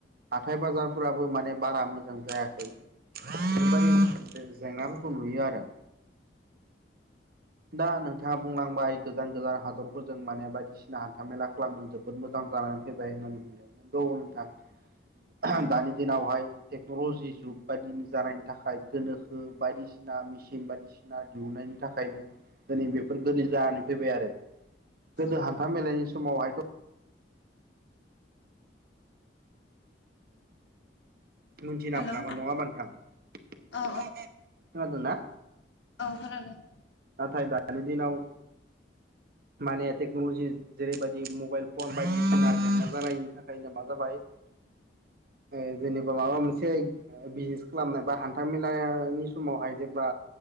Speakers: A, on the right (about 55°); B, on the left (about 85°).
A: हाथाय बाजारफोराबो माने बारा मोजां मोजां जायाखै बेफोरबादि जें-जेंनाफोरखौ नुयो आरो। दा नोंथाङा बुंलांबाय गोजान गोजान हादरफोरजों माने बायदिसिना सिना हान्थामेला खालामनो जोबोद मोजां जानानै फैबाय होननानै बुंदों नोंगौ नोंथां।
B: औ
A: दानि दिनावहाय टेक्न'ल'जि जुग बायदिनि जानायनि थाखाय गोनोखो बायदिसिना मेसिन बायदिसिना सिना दिहुननायनि थाखायनो दिनै बेफोर गोरलै जानानै फैबाय आरो। गोदो
B: औ
A: हान्था मेलानि समावहायथ' मिथिनागौ
B: हेलौ
A: नङा होनबा नोंथां
B: औ
A: खोनादोंना?
B: औ खोनादों।
A: नाथाय दानि दिनाव माने टेक्न'लजि जेरैबायदि मबाइल फन बायदिसिना जेंना जानायनि थाखायनो मा जाबाय ओ जेनेबा माबा मोनसे बिजनेस खालामनोबा हान्था मेलानि समावहाय जेब्ला